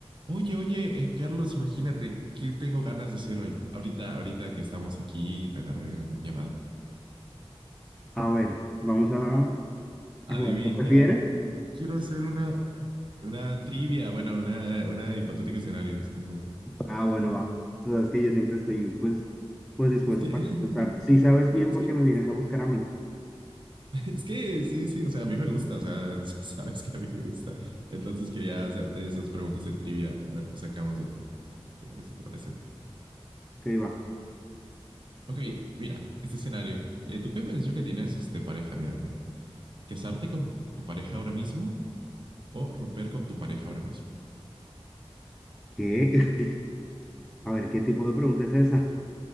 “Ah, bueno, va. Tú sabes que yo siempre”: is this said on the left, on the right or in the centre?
Centre